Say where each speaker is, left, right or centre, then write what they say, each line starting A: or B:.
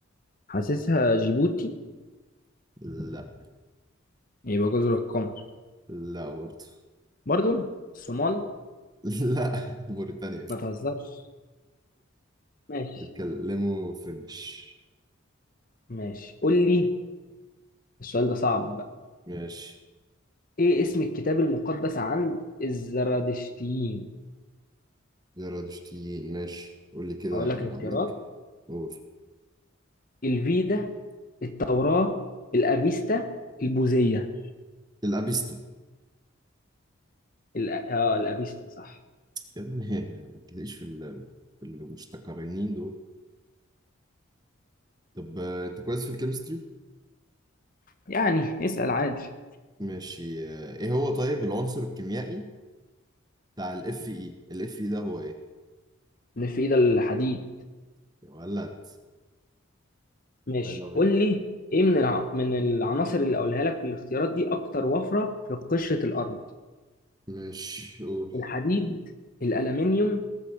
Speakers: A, on the left; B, on the right.
A: حاسسها جيبوتي
B: لا
A: يبقى جزر القمر
B: لا برضه
A: برضو الصومال
B: <laughs> لا موريتانيا
A: ما تهزرش ماشي
B: بيتكلموا فرنش
A: ماشي قول لي السؤال ده صعب بقى
B: ماشي
A: ايه اسم الكتاب المقدس عند الزرادشتيين
B: زرادشتيين ماشي قول لي كده
A: هقول لك
B: اللي
A: الاختيارات
B: عندك قول
A: الفيدا التوراة الأفيستا البوذية
B: الأبيستا
A: الأ... اه الأفيستا صح
B: يا ابني <laughs> ما تجيليش في ال- في المشتقرنين دول طب آه، انت كويس في الكيمستري
A: يعني اسأل عادي
B: ماشي آه، ايه هو طيب العنصر الكيميائي بتاع الاف اي الاف اي ده هو ايه
A: مش في ايد الحديد
B: يا ولد
A: ماشي
B: حلو مني
A: قول لي ايه من الع... من العناصر اللي اقولها لك في الاختيارات دي اكتر وفرة في قشرة الارض
B: مش قول
A: الحديد الألمنيوم